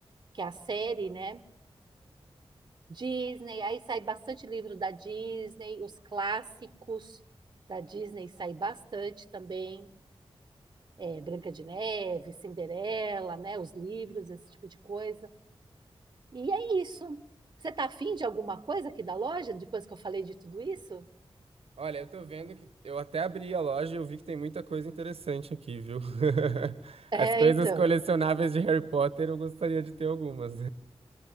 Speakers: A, on the right; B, on the right.
A: que é a série, né? Disney, aí sai bastante livro da Disney, os clássicos da Disney sai bastante também, é, Branca de Neve, Cinderela, né? Os livros, esse tipo de coisa. E é isso. Você tá afim de alguma coisa aqui da loja, depois que eu falei de tudo isso?
B: Olha, eu tô vendo que eu até abri a loja e eu vi que tem muita coisa interessante aqui, viu? <laughs>
A: É,
B: As coisas
A: então.
B: colecionáveis de Harry Potter, eu gostaria de ter algumas.